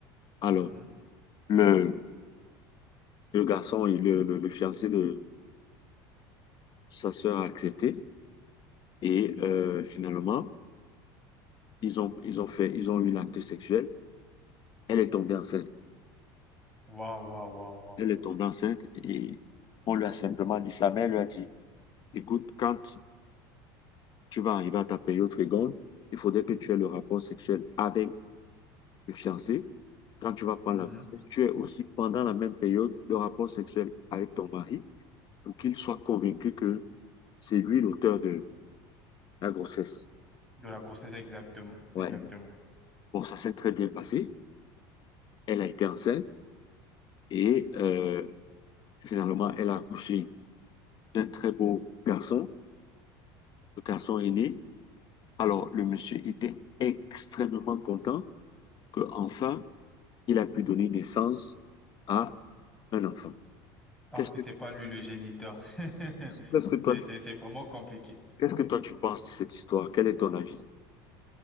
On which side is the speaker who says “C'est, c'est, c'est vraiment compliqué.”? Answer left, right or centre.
Centre